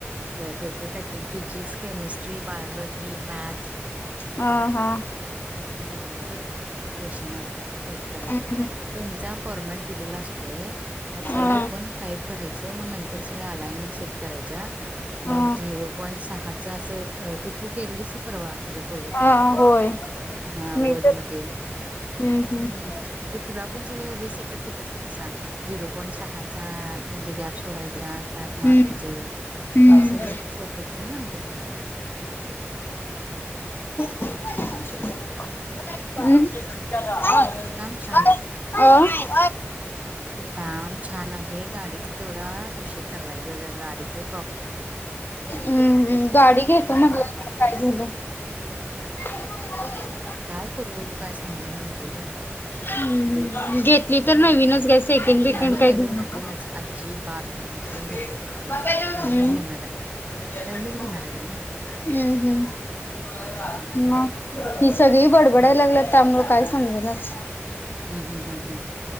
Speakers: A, on the right (about 30°); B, on the left (about 50°).
A: होय paper typing physics chemistry biology maths
B: हा हा.
A: ह सगळ्याच क्वेशन असतात ते टाईप करायच
B: हम्म
A: त्यांचा फॉरमॅट दिलेला असतो त्यात
B: हा
A: सगळ आपण टाइप करायचं मग नंतर सगळ अलायमेंट सेट करायचा
B: हा
A: मग झिरो पॉईंट सहा असं <unintelligible> ते तू केलीस की परवा तुझ प्रोजेक्ट
B: हा होय.
A: हा
B: मी
A: वर्ड
B: तर
A: मध्ये
B: हम्म हम्म
A: म्हणजे तुला पण सगळ सेटप होतच तसा झीरो पाँईंट सहा चा म्हणजे गॅप <unintelligible> टॅब मारायचं
B: हम्म हम्म
A: हे सगळं सेटअप मी नंतर करते
B: <unintelligible>
A: काम छान आहे काम छान आहे गाडीच तेवडा विषय चालाय ग गाडीचं
B: हम्मम् गाडी घेतो
A: त्यां
B: म्हटलं काय झालं <unintelligible>
A: काय करू काय समजणा झालय ग
B: हम्म घेतली तर नवीनच सेकेंड बिकेंड
A: नवीन
B: काय
A: नवीन
B: घेऊ नका
A: नवीनच आजी बात नाही मी
B: <unintelligible>
A: जुनी घेतच नाही नवीनच घेणार आहे नवीनच घेणार आहे का मी हम्म
B: सगळी बडबडायला लागल्यात त्यामुळे काही समजनाच
A: हम्म हम्म हम्म हम्म